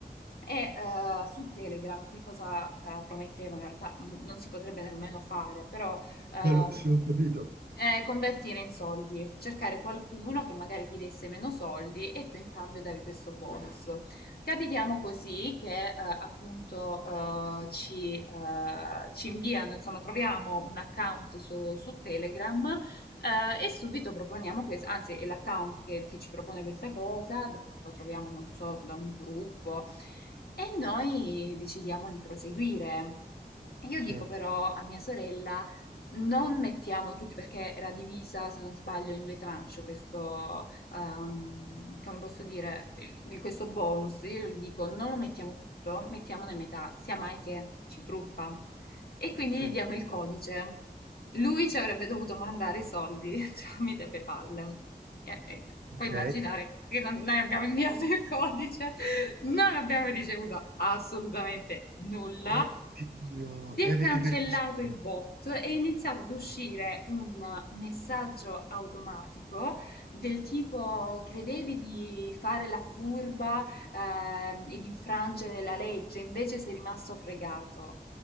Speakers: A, on the left; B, on the right.
A: E eh, su Telegram che cosa eh, promettevano? In realtà mm, non si potrebbe nemmeno fare, però ehm,
B: Allora, Sì, ho capito.
A: eh, convertire in soldi, cercare qualcuno che magari ti desse meno soldi e tu in cambio davi questo bonus. Capitiamo così che eh, appunto eh, ci, eh, ci inviano, insomma, troviamo un account su, su Telegram eh, e subito proponiamo questo, anzi è l'account che, che ci propone questa cosa, lo troviamo, non so, da un gruppo e noi decidiamo di proseguire. Io
B: Sì,
A: dico però a mia sorella, non mettiamo tutti, perché era divisa, se non sbaglio, in due tranche questo, ehm, come posso dire, il- il- questo bonus. Io le dico, non lo mettiamo tutto, mettiamone metà, sia mai che ci truffa. E quindi
B: sì.
A: gli diamo il codice. Lui ci avrebbe dovuto mandare i soldi <laughs> tramite PayPal. E- e puoi
B: Ok.
A: immaginare che non- noi abbiamo inviato il codice, non abbiamo ricevuto assolutamente nulla.
B: Oddio,
A: Si
B: e
A: è
B: avete
A: cancellato
B: perso i soldi?
A: il bot e è iniziato ad uscire un messaggio automatico del tipo: credevi di fare la furba, ehm, e di infrangere la legge, invece sei rimasto fregato